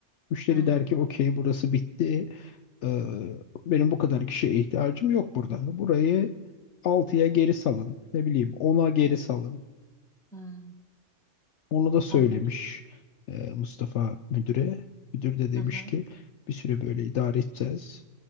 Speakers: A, on the left; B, in the centre.
A: Müşteri
B: Hı
A: der ki okey burası bitti. Ee, benim bu kadar kişiye ihtiyacım yok burada. Burayı altıya geri salın. Ne bileyim ona geri salın.
B: hı.
A: Onu da söylemiş
B: Anladım.
A: e, Mustafa müdüre. Müdür de demiş
B: Hı hı.
A: ki bir süre böyle idare edeceğiz.